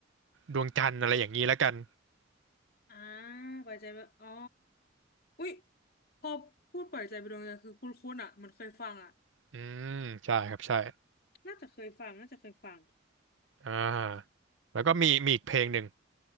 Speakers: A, on the right; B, on the left.
A: ดวงจันทร์อะไรอย่างนี้แล้วกัน
B: อ่าปล่อยใจไปอ๋ออุ๊ยพอพูดปล่อยใจไปดวงใจคือคุ้นๆอ่ะเหมันเคยฟังอ่ะ
A: อืม ใช่ครับ ใช่
B: น่าจะเคยฟังน่าจะเคยฟัง
A: อ่าแล้วก็มีมีอีกเพลงหนึ่ง